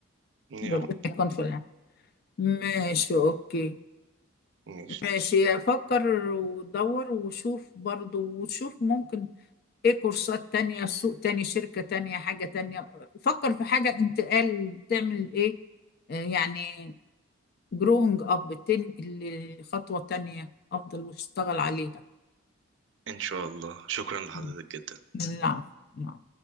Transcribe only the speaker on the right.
يا
رب
ماشي
إن شاء الله شكرا لحضرتك
جدا